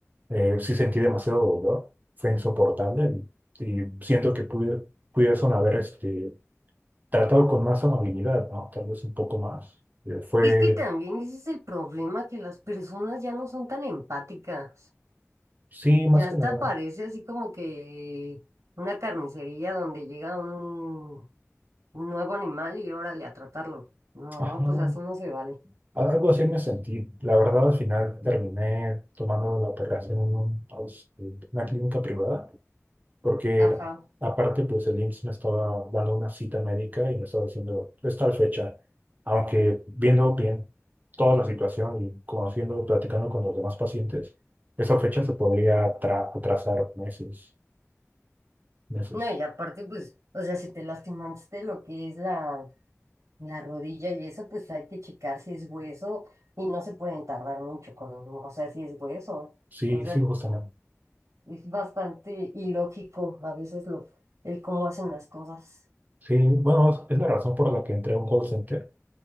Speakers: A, on the right (about 35°); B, on the right (about 70°).
A: eh, sí sentí demasiado dolor, fue insoportable y, y siento que pude, pudiesen haber este, tratado con más amabilidad, ¿no? Tal vez un poco más. Eh, fue
B: Es que también ese es el problema, que las personas ya no son tan empáticas.
A: Sí, más
B: Ya
A: que
B: hasta
A: nada.
B: parece así como que una carnicería donde llega un un nuevo animal y órale a tratarlo. No,
A: Ajá.
B: pues así no se vale.
A: Algo así me sentí. La verdad, al final terminé tomando la operación en un- aus- una clínica privada, porque
B: Ajá.
A: aparte, pues el IMSS me estaba dando una cita médica y me estaba diciendo, es tal fecha. Aunque viendo bien toda la situación y conociendo, platicando con los demás pacientes, esa fecha se podría tra- atrasar meses, meses.
B: No, y aparte, pues, o sea, si te lastimaste lo que es la, la rodilla y eso, pues hay que checar si es hueso y no se pueden tardar mucho con, o sea, si es hueso.
A: Sí,
B: O sea,
A: sí, justamente.
B: Es bastante ilógico a veces lo, el cómo hacen las cosas.
A: Sí, bueno, es la razón por la que entré a un call center